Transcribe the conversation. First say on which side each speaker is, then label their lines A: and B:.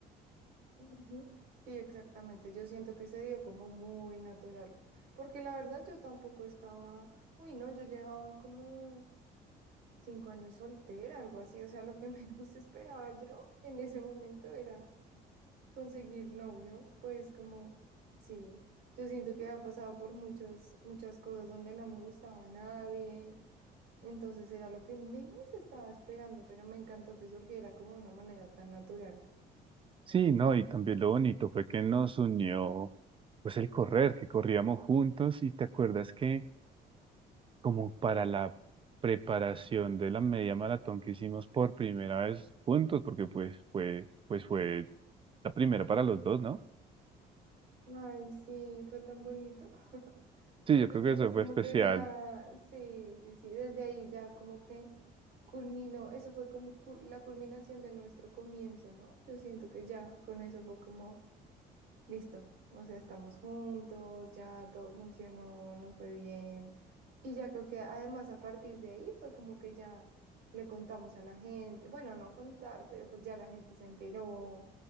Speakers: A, on the right; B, on the right.
A: Ujú. Sí, exactamente. Yo siento que se dio como muy natural, porque la verdad yo tampoco estaba, uy, no, yo llevaba como cinco años soltera, algo así, o sea, lo que menos <laughs> esperaba yo en ese momento era conseguir novio, pues como, sí, yo siento que había pasado por muchas, muchas cosas donde no me gustaba nadie, entonces era lo que menos estaba esperando, pero me encantó que surgiera como de una manera tan natural.
B: Sí, no, y también lo bonito fue que nos unió, pues el correr, que corríamos juntos y te acuerdas que como para la preparación de la media maratón que hicimos por primera vez juntos, porque pues fue, pues fue la primera para los dos, ¿no?
A: Ay, sí, fue tan bonito. <laughs>
B: Sí,
A: Siento
B: yo creo
A: que
B: que
A: eso
B: eso
A: como
B: fue especial.
A: que ya, sí, sí, sí, desde ahí ya como que culminó, eso fue como cu- la culminación de nuestro comienzo, ¿no? Yo siento que ya con eso fue como, listo, o sea, estamos juntos, ya todo funcionó, nos fue bien. Y ya creo que además a partir de ahí fue como que ya le contamos a la gente, bueno, no contar, pero pues ya la gente se enteró.